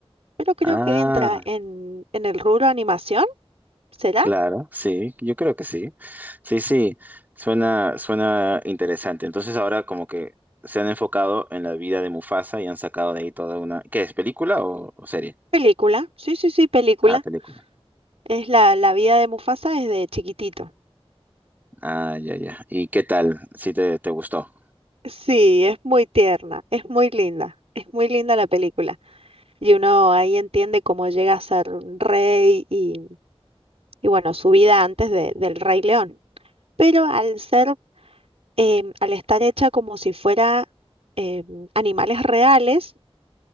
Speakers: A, on the right (about 75°); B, on the right (about 15°).
A: Pero creo
B: ah,
A: que entra en, en el rubro animación, ¿será?
B: claro, sí, yo creo que sí. Sí, sí, suena, suena interesante. Entonces ahora como que se han enfocado en la vida de Mufasa y han sacado de ahí toda una... ¿Qué es, película o o serie?
A: Película, sí, sí, sí, película.
B: Ah, película.
A: Es la, la vida de Mufasa desde chiquitito.
B: Ah, ya, ya. ¿Y qué tal? Si te, te gustó.
A: Sí, es muy tierna, es muy linda, es muy linda la película. Y uno ahí entiende cómo llega a ser rey y, y bueno, su vida antes de- del Rey León. pero al ser, em, al estar hecha como si fuera em, animales reales,